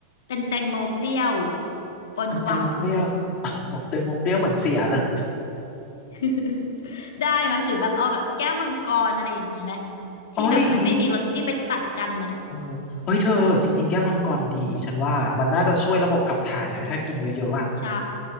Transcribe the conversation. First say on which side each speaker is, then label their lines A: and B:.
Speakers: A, on the left; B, on the left.
A: เป็นแตงโมเปรี้ยวปนหวาน
B: เอาแตงโมเปรี้ยว <laughs> อ้าวแตงโมเปรี้ยวเหมือนเสียเลย
A: <laughs> ได้ไหมยหรือแบบเอาแบบแก้วมังกรอะไรอย่างนี้ไหม
B: โอ้ยดี
A: ที่แบบมันไม่มีรสที่ไปตัดกันน่ะ
B: เออเอ้ยเธอจริงๆแก้วมังกรดีฉันว่ามันน่าจะช่วยระบบขับถ่ายด้วยถ้ากินเยอะๆอ่ะ
A: ใช่